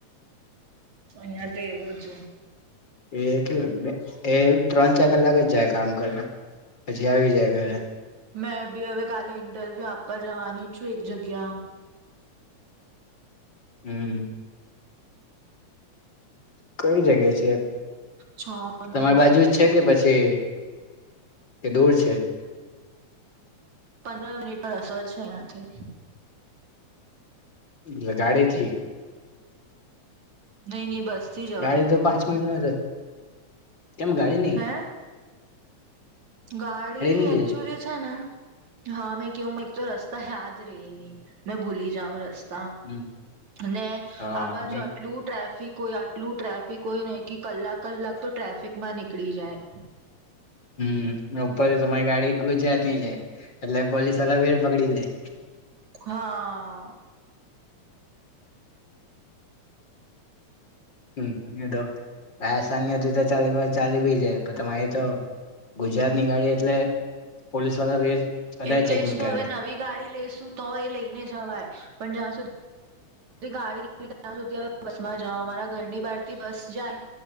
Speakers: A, on the right; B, on the left.
A: અહં અહીયા તો એવું જ.
B: એ કે એ ત્રણ ચાર કલાક જ જાય કામ કરે પછી આવી જાય ઘરે.
A: મેં બી હવે કાલે ઇન્ટરવ્યુ આપવા જવાની છું એક જગ્યા.
B: હમ કઈ જગ્યા છે.
A: છ
B: તમારી
A: નું
B: બાજુ જ છે કે પછી કે દૂર છે.
A: પંદર મિનિટનો રસ્તો નો છે એયાથી.
B: એટલે ગાડીથી.
A: નઈ નઈ. થી જવા
B: ગાડી તો. <unintelligible> નઈ
A: હે, ગાડી
B: નઈ
A: એકચુલી
B: લઈ
A: છે ને હા મેં કહું એક તો રસ્તા યાદ રેય ની, મેં ભૂલી જાઉ રસ્તા.
B: હમ
A: તા, ને
B: હા
A: આ બાજુ
B: ને
A: આટલું ટ્રાફિક કોઈ આટલું ટ્રાફિક હોય ને કે કલાક કલાક તો ટ્રાફિકમાં નિ નિકડી જાય.
B: હમ ઉપરથી તમારી ગાડી ગુજરાતીની છે, એટલે પોલીસ વાલા ફેર પકડી લે.
A: હા.
B: હમ એ તો. <unintelligible> ચાલી ભી જાય, તમા એ તો ગુજરાત ની ગાડી એટલે પોલીસ વાળા વધારે
A: એટલે
B: ચેકિંગ
A: જ તો
B: કરે
A: હવે નવી ગાડી લેશુ તો એ લઈને જવાય, પણ જ્યાં સુધી ગાડી ત્યાં સુધી હ બસ માં જવા અમારા ઘરની બહાર થી બસ જાય,